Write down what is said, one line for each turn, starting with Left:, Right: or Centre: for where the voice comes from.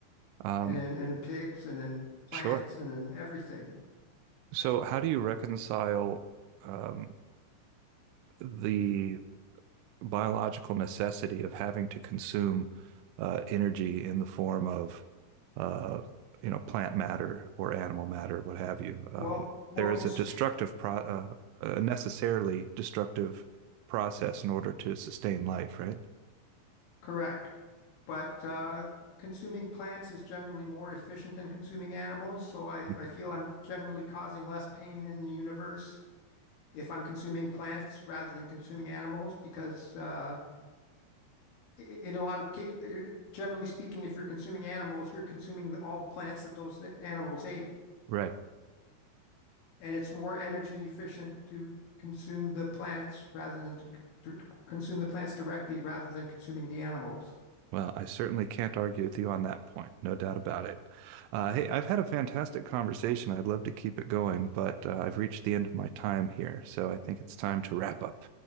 Right: Um,
Left: and in and in pigs and in plants
Right: sure.
Left: and in everything.
Right: So, how do you reconcile um, the biological necessity of having to consume uh, energy in the form of uh, you know plant matter or animal matter, what have you. Um,
Left: Well, well,
Right: there
Left: cons
Right: is a destructive pro uh, a necessarily destructive process in order to sustain life, right?
Left: correct, but uh, consuming plants is generally more efficient than consuming animals. So I
Right: Mhm.
Left: I feel I'm generally causing less pain in the universe if I'm consuming plants rather than consuming animals because uh, in a lot of ca- generally speaking, if you're consuming animals, you're consuming the, all the plants that those animals ate.
Right: Right.
Left: and it's more energy efficient to consume the plants rather than to, to consume the plants directly rather than consuming the animals.
Right: Well, I certainly can't argue with you on that point, no doubt about it. Uh, hey, I've had a fantastic conversation. I'd love to keep it going, but uh, I've reached the end of my time here, so I think it's time to wrap up.